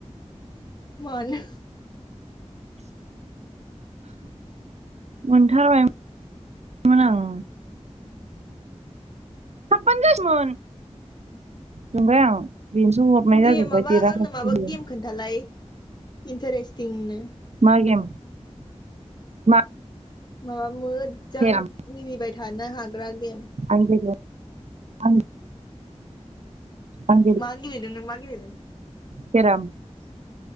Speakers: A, on the left; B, on the right.
A: मानो
B: मोनथारबायमो मोन आं हाबबानो जासैमोन जोंबाय आं बेनोसो हरनाय
A: दे
B: जाजोब्बाय
A: माबा
B: देराखैसो
A: आंनो माबा
B: बियो
A: गेम खोन्थालाय। इन्टारेसतिं नो।
B: मा गेम मा??
A: माबा मोज जों
B: केराम
A: मिनिबाय। थानो हाग्रा गेम
B: आं गेलेया। आं आं
A: मा गेलदों नों मा गेलदों?
B: खेराम।